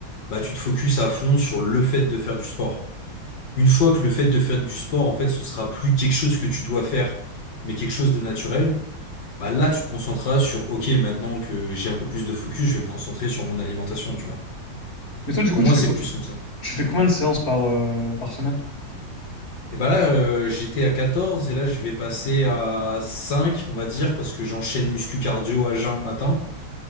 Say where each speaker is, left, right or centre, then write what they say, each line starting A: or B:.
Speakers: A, on the left; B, on the left.
A: bah tu te focuses à fond sur le fait de faire du sport. Une fois que le fait de faire du sport, en fait, ce sera plus quelque chose que tu dois faire, mais quelque chose de naturel, bah là, tu te concentreras sur, OK, maintenant que j'ai un peu plus de focus, je vais me concentrer sur mon alimentation, tu vois.
B: Mais toi, du coup,
A: Pour
B: tu
A: moi,
B: fais,
A: c'est
B: co-
A: plus comme ça.
B: tu fais combien
A: Ouais.
B: de séances par, euh, par semaine?
A: Et bah là, euh, j'étais à 14 et là, je vais passer à 5 on va dire, parce que j'enchaîne muscu cardio à jeun le matin.